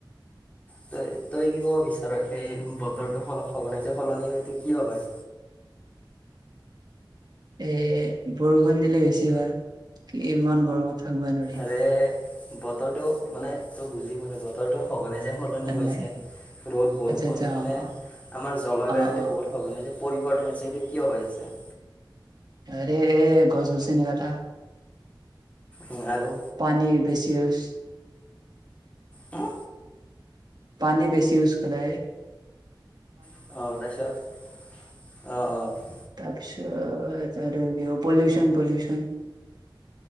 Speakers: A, on the left; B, on the right.
A: তই-তই কি ক'ব বিচাৰ? সেই বতৰটো সল সঘনাই যে সলনি হয় কিয় হয়?
B: এ বৰষুণ দিলে বেছি ভাল কি ইমান গৰমত। থাকবা নোৱাৰি
A: আৰে বতৰটো মানে তই বুজি বলে বল। বতৰটো সঘনাই যে সলনি হৈছে
B: নাই
A: ৰ'দ বৰষুণ
B: আচ্ছা আচ্ছা
A: মানে
B: অ অ
A: আমাৰ জলবায়ুটো
B: অ অ
A: বহুত। সঘনাই যে পৰিৱৰ্ত হৈ আছে এইটো কিয় হৈ আছে?
B: আৰে গছ-গছনি কটা।
A: উম, আৰু?
B: পানী বেছি ইউচ্।
A: হা?
B: পানী বেছি ইউজ কৰাই।
A: অ', তাৰপিছত অ', অ'।
B: তাৰ পিছত আৰু পলিউচন-পলিউচন।